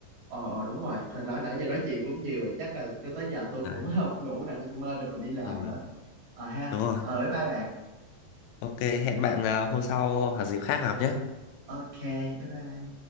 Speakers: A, on the right; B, on the left.
A: ờ ờ, đúng rồi Hồi nói nãy giờ nói chuyện cũng nhiều rồi chắc là cứ tới giờ tôi cũng
B: Đấy.
A: <laughs> ngủ rằng mơ mình còn đi làm
B: Ừ,
A: nữa ờ ha
B: đúng rồi.
A: ờ bye bye bạn
B: Ok, hẹn bạn à, hôm sau hoặc dịp khác gặp nhé.
A: ok bye bye